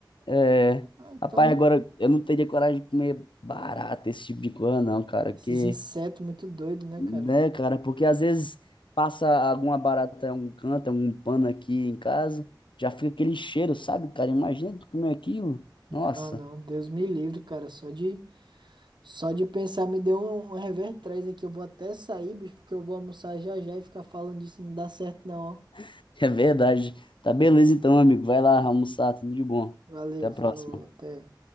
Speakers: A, on the left (about 85°); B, on the right (about 70°).
A: É,
B: Ah, então,
A: rapaz, agora eu não teria coragem de comer barata, esse tipo de coisa, não, cara.
B: esses
A: Que,
B: insetos muito doidos, né,
A: né,
B: cara?
A: cara? Porque às vezes passa alguma barata em um canto, algum pano aqui em casa, já fica aquele cheiro, sabe, cara? Imagina tu comer aquilo.
B: Não,
A: Nossa,
B: não, Deus me livre, cara, só de Só de pensar me deu um, um revertério aqui. Eu vou até sair, bicho, porque eu vou almoçar já já e ficar falando disso não dá certo, não. ó.
A: <laughs> é verdade. Tá beleza então, amigo. Vai lá almoçar, tudo de bom.
B: Valeu,
A: Até a
B: falou,
A: próxima.
B: até.